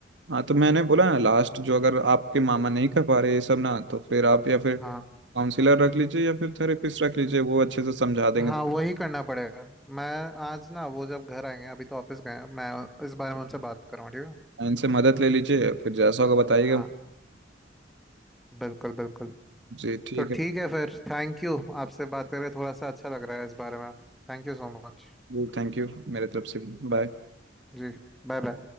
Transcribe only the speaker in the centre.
हाँ
हाँ वही करना पड़ेगा मैं आज ना वो जब घर आएंगे अभी तो ऑफिस गए हैं मैं इस बारे में उनसे बात करूँ ठीक है
हाँ बिल्कुल बिल्कुल
तो
ठीक है फिर थैंक यू आपसे बात करके थोड़ा सा अच्छा लग रहा है इस बारे में थैंक यू सो मच
जी बाय बाय